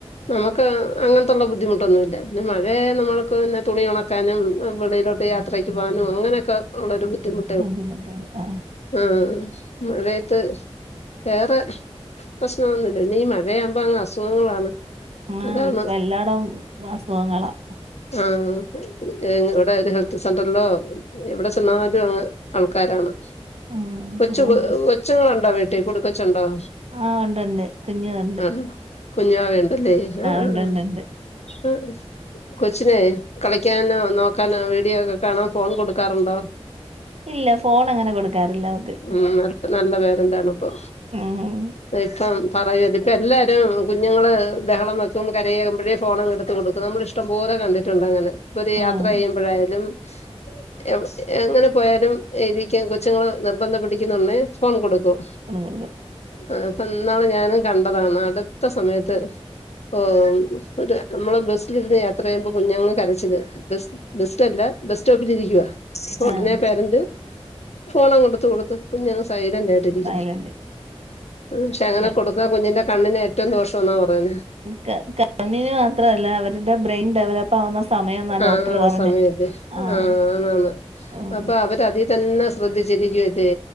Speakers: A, on the left (about 80°); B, on the right (about 70°).
A: നമുക്ക് അങ്ങന് ത്തുള്ള ബുദ്ധിമുട്ടൊന്നുല്ല പിന്നെ മഴയായ നമ്മൾക്ക് പിന്നെ തുണിഉണ ക്കാനുംആഹ് വെളിയിലോട്ട് യാത്രയ്ക്ക് പോകാനും അങ്ങനെക്കെ ഉള്ളൊരു ബുദ്ധിമു
B: ബുദ്ധിമുട്ട് ആഹ.
A: ആഹ മഴയത്ത് വേറെ പ്രശ്നൊന്നുമില്ല ഈ മഴയാണെങ്കി- ഇപ്പോ അങ്ങ് അസുഖങ്ങളാണ്.
B: ആ
A: അതാണ്
B: ഇപ്പോ എല്ലായിടം അസുഖങ്ങളാ-
A: ആഹ ഇവിടെ ഒരു ഹെൽത്ത് സെന്ററ്ല്ലോ- എവിടെ ചെന്നാലും ആൾക്കാരാണ്.
B: ഉം
A: കൊച്ചു
B: എങ്ങും
A: കൊച്ചങ്ങളുണ്ടോ വീടിൽകൂട്ടിക്കെച്ചുണ്ടോ-
B: ആഹ് ഉണ്ടണ്ട് കുഞ്ഞു വാ
A: ആഹ് ഹാ കുഞ്ഞുവാവ ഉണ്ടല്ലേ ആഹ്
B: ഉണ്ട്
A: ആഹ്
B: ഉണ്ട് ഉണ്ട്
A: ആഹ് കൊച്ചിനെ കളിക്കാനോ നോക്കാനോ വീഡിയോ ഒക്കെ കാണാം ഫോൺ കൊടുക്കാറുണ്ടോ?
B: ഇല്ല ഫോൺ അങ്ങനെ കൊടുക്കാറില്ല അവക്ക്
A: ഉം നല്ല നല്ല പേരെൻ്റാണ്പ്പോ?
B: ഉം
A: ഇപ്പോ പറയല്ല ഇപ്പോ എല്ലാവരും കുഞ്ഞുങ്ങള് ബഹളം വെക്കുമ്പോ കരയകുമ്പോഴേ ഫോണെടുത്ത് കൊടുക്കും. നമ്മളിഷ്ടം പോലെ കണ്ടിട്ടുണ്ട് അങ്ങനെ ഇപ്പോ ഒരു
B: ഉം
A: യാത്ര ചെയ്യുമ്പോഴായാലും. എ എങ്ങനെ പോയാലും എനിക്ക് കൊച്ചുങ്ങള് നിർബന്ധം പിടിക്കുന്നുണേ ഫോൺ കൊടുക്കും.
B: അങ്ങനെ
A: ആ അപ്പോ ഇന്നാണ് ഞാനും കണ്ടതാണ് അടുത്ത സമയത്ത് ഓ ഒരു നമ്മളെ ബസ്സിലിരുന്ന് യാത്ര ചെയ്യുമ്പോ കുഞ്ഞുങ്ങളുടെ കരച്ചിൽ ബ ബെസ്റ്റ് അല്ല ബസ് സ്റ്റോപ്പിലിരിക്കുവ- ഉടനെ
B: ആഹ്
A: പേരന്റ് ഫോണ് അങ്ങ് എടുത്ത് കൊടുത്ത് കുഞ്ഞ് അങ്ങ് സൈലന്റ് ആയി.
B: സൈലന്റ്
A: പക്ഷെ അങ്ങനെ
B: ഇല്ല
A: കൊടുത്ത കുഞ്ഞിന്റെ കണ്ണിന് ഏറ്റവും ദോഷം അന്നാ പറയുന്ന-
B: ക കണ്ണിന് മാത്രമല്ല അവരുടെ ബ്രെയിൻ ഡെവലപ്പ് ആവുന്ന സമയംന്നാ
A: ആഹ
B: ഡോക്ടർ പറഞ്ഞെ
A: സമയതെ
B: ആഹ്
A: ആഹ ആണ് ആണ്
B: ഉം
A: അപ്പോ അവര് അതിൽ- തന്നെ ശ്രദ്ധിച്ചിരിക്കും അതെ